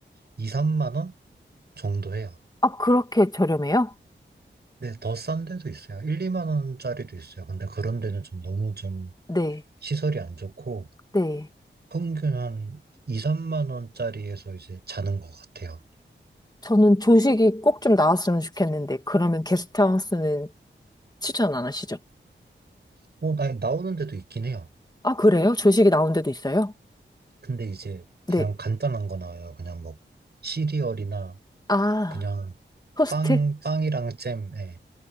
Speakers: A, on the right; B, on the left.
A: 2, 3만 원 정도 해요.
B: 아, 그렇게 저렴해요?
A: 근데 더 싼 데도 있어요. 1, 2만 원짜리도 있어요. 근데 그런 데는 좀 너무 좀
B: 네.
A: 시설이 안 좋고
B: 네.
A: 평균 한 2, 3만 원짜리에서 이제 자는 것 같아요.
B: 저는 조식이 꼭 좀 나왔으면 좋겠는데, 그러면 게스트하우스는 추천 안 하시죠?
A: 뭐, 나, 나오는 데도 있긴 해요.
B: 아, 그래요? 조식이 나온 데도 있어요?
A: 근데 이제
B: 네.
A: 그냥 간단한 거 나와요. 그냥 뭐 시리얼이나
B: 아,
A: 그냥
B: 호스트?
A: 빵, 빵이랑 잼, 예.